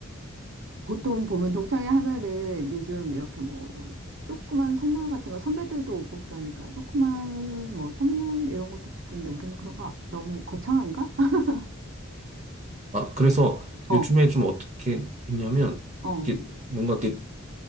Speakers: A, on the right; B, on the right.
A: 보통 보면 동창회 하면은 요즘 이렇게 뭐 조그만 선물 같은 거 선배들도 오고 그러니까 조그만 뭐 선물 이런 것도 주던데 우리는 그런 거 너무 거창한가? <laughs>
B: 아, 그래서
A: 어,
B: 요즘에 좀 어떻게 있냐면,
A: 어,
B: 이게 뭔가 이렇게